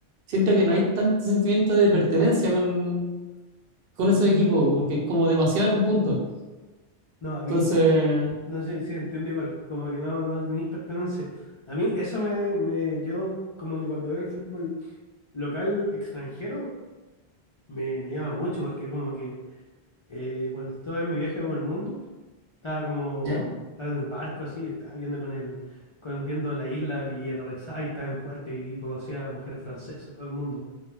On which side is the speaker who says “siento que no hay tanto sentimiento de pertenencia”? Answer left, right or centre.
Right